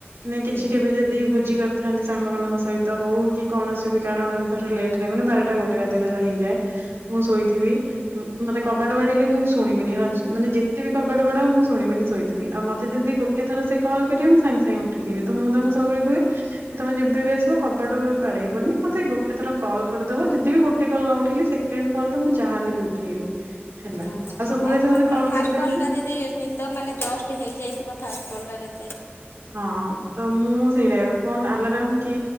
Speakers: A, on the right (about 75°); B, on the left (about 70°).
A: ନାଇଁ
B: ହୁଁ
A: କିଛି କେବେ ଯଦି ଭୋଜି କରୁ ଥାନ୍ତି ସାଙ୍ଗମାନଙ୍କ ସହିତ ହଉ କି କୌଣସି ବି କାରଣରୁ ଧର ଲେଟ୍ ରେ ମାନେ ବାରଟା ଗୋଟେ ରାତି ଧର ହେଇଯାଏ ମୁଁ ଶୋଇଥିବି ମତେ କବାଟ ବାଡେଇଲେ ମୁଁ ଶୁଣିବିନି ହଜା ମାନେ ଯେତେ ବି କବାଟ ବାଡ଼ାଅ ମୁଁ ଶୁଣିବିନି ଶୋଇଥିବି ଆଉ ମତେ ଯଦି ଗୋଟେ ଥର ସେ କଲ୍ କରିବେ ମୁ ସାଙ୍ଗେ ସାଙ୍ଗେ ଉ ଉଠିଯିବି ତ ମୁଁ ତାଙ୍କୁ ସବୁବେଳେ କୁହେ କି ତମେ ଯେବେ ବି ଆସିବ କବାଟ ବାଡେଇବନି ମତେ ଗୋଟେ ଥର କଲ କରିଦବ ଯଦି ବି ଗୋଟେ କଲ୍ ନଉଠେଇଲି ସେ କେଣ୍ଡ୍ କଲ ତ ମୁଁ ଯାହା ହେଲେ ବି ଉଠେଇବି ହେଲା।
B: ଓହୋ
A: ଆଉ ସବୁବେଳେ
B: ହଁ
A: ସେ
B: ଗୋ
A: ମତେ
B: ଫାଷ୍ଟ
A: କରିଦିଅନ୍ତି
B: କଲ୍ ଟା ଯଦି ନିଦ ମାନେ ଜଷ୍ଟ ହେଇଯାଇଥିବ ଫାଷ୍ଟ କଲ ଟାରେ।
A: ହଁ ତ ମୁଁ ସେଇଟା ଫୋନ ଆଲାରମ କି